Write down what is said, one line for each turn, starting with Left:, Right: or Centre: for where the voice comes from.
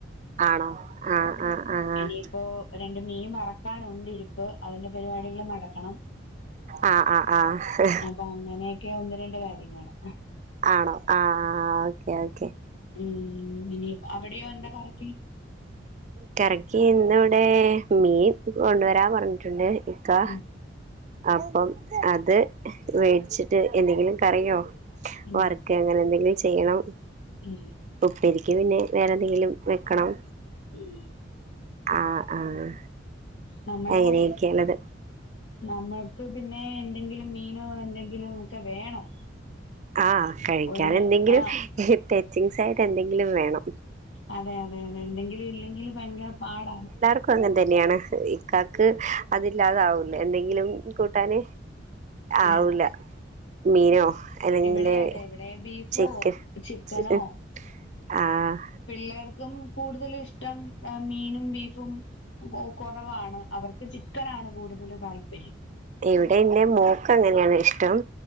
Right: ആണോ ആഹ് ആഹ് ആഹ്
Left: ഇനിയിപ്പോ രണ്ട് മീൻ വറക്കാനുണ്ട് ഇരിപ്പ്, അതിന്റെ പരിപാടികൾ നടക്കണം
Right: ആഹ് ആഹ് ആഹ്
Left: അപ്പൊ അങ്ങനെയൊക്കെ ഒന്ന് രണ്ട് കാര്യംങ്ങള്
Right: ആണോ ആഹ് ആഹ് ഓക്കേ, ഓക്കെ
Left: ഉം ഇനി അവിടെയോ എന്താ കറിക്ക്?
Right: കറിക്കി ഇന്നിവിടെ മീൻ കൊണ്ടുവരാൻ പറഞ്ഞിട്ടുണ്ട്. ക്കാ,
Left: ഉം
Right: അപ്പം അത് വേടിച്ചിട്ട് എന്തെങ്കിലും കറിയോ
Left: ഉം
Right: വർക്കെ അങ്ങനെ എന്തെങ്കിലും ചെയ്യണം
Left: ഉം
Right: ഉപ്പേരിക്ക് പിന്നെ വേറെന്തെങ്കിലും വെക്കണം.
Left: ഉം
Right: ആഹ് ആഹ്
Left: നമ്മള്,
Right: അങ്ങനെയൊക്കെയാണത്
Left: നമ്മൾക്ക് പിന്നെ എന്തെങ്കിലും മീനോ എന്തെങ്കിലും ക്കെ വേണം
Right: ആഹ് കഴിക്കാനെന്തെങ്കിലും
Left: ഒരു നേ ആ
Right: ടെച്ചിങ്സായിട്ട് എന്തെങ്കിലും വേണം
Left: അതെ അതെ അതെ എന്തെങ്കിലും ഇല്ലെങ്കില് ഭയങ്കര പാടാണ്
Right: ക്കും അങ്ങനെതന്നെയാണ് ഇക്കാക്ക് അതില്ലാതാവൂല എന്തെങ്കിലും കൂട്ടാന്
Left: വേണം
Right: ആവൂല മീനോ അല്ലെങ്കില്
Left: ഇവിടെ അതെ ഇവിടെ ബീഫോ
Right: ചിക്ക
Left: ചിക്കനോ
Right: ചിക്ക് <unintelligible> ആഹ്
Left: പിള്ളേർക്കും കൂടുതലുഇഷ്ടം മീനും ബീഫും അ പ്പൊ അയ് കൊറവാണ് അവർക്ക് ചിക്കനാണ് കൂടുതല് താല്പര്യം
Right: ഇവിടെന്റെ മോക്ക് അങ്ങനെയാണ് ഇഷ്ടം